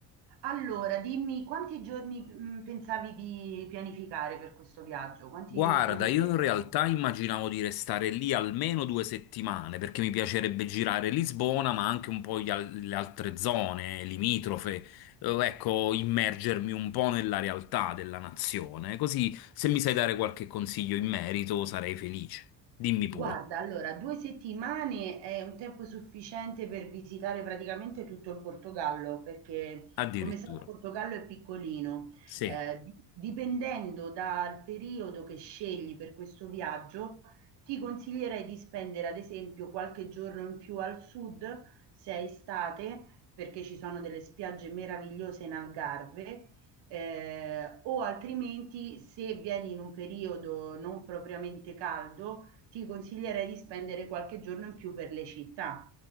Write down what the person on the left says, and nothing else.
Guarda,
io
in realtà immaginavo di restare lì almeno due settimane perché mi piacerebbe girare Lisbona, ma anche un po' gli al- le altre zone limitrofe, Eh, ecco, immergermi un po' nella realtà della nazione. Così, se mi sai dare qualche consiglio in merito, sarei felice. Dimmi pure.
Addirittura.
Sì,